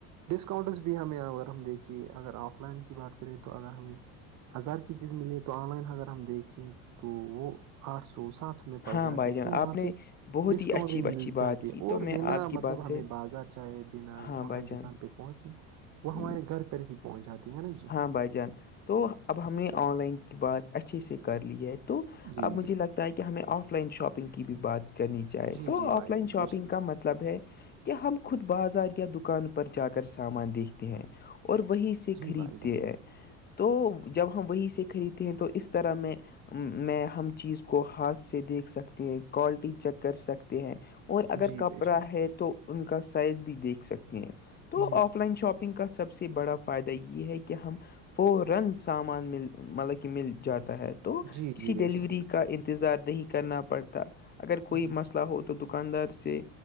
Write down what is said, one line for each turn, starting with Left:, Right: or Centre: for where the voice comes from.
Right: ڈسکاؤنٹس بھی ہمیں اگر ہم دیکھیے اگر آف لائن کی بات کریں تو اگر ہمیں ہزار کی چیز ملیے تو آن لائن اگر ہم دیکھیں تو وہ آٹھ سو سات سو میں پڑ
Left: ہاں
Right: جاتی
Left: بھائی
Right: ہے
Left: جان
Right: تو
Left: آپ
Right: وہاں
Left: نے
Right: پہ
Left: بہت
Right: ڈسکاؤنٹ
Left: ہی اچھی
Right: بھی مل
Left: اچھی بات
Right: جاتی
Left: کی
Right: ہے اور
Left: تو میں
Right: بنا
Left: آپ کی
Right: مطلب
Left: بات
Right: ہمیں
Left: سے
Right: بازار جائے بنا
Left: ہاں
Right: وہاں
Left: بھائی جان
Right: دکان پہ پہنچے وہ
Left: ہم،
Right: ہمارے گھر پہ پہنچاتی ہیں ہے نا جی
Left: ہاں بھائی جان تو اب ہم نے آن لائن کی بات اچھیے سے کر لی ہے تو
Right: جی
Left: اب مجھے
Right: جی
Left: لگتا ہے کہ ہمیں آف لائن شاپنگ کی بھی بات کرنی چاہے
Right: جی
Left: تو
Right: جی
Left: آف
Right: بھائی
Left: لائن
Right: جان
Left: شاپنگ
Right: بے شک
Left: کا مطلب ہے کیا ہم خود بازار یا دکان پر جا کر سامان دیکھتے ہیں اور وہیں سے
Right: جی
Left: خرید
Right: بھائی
Left: د
Right: جان
Left: تو جب ہم وہی سے خریدتے ہیں تو اس طرح میں میں ہم چیز کو ہاتھ سے دیکھ سکتے ہیں کوالٹی چیک کر سکتے ہیں اور اگر
Right: جی
Left: کپڑا
Right: بے شک
Left: ہے تو ان کا سائز بھی دیکھ سکتے ہیں تو
Right: جی
Left: آف
Right: جی
Left: لائن شاپ نگ کا سب سے بڑا فائدہ یہ ہے کہ ہم فورن سامان م مطلب کہ مل جاتا ہے تو
Right: جی جی
Left: کسی
Right: بے
Left: ڈیلیوری
Right: شک
Left: کا انتظار نہیں کرنا پڑتا اگر
Right: جی
Left: کوئی مسئلہ ہو تو دکاندار سے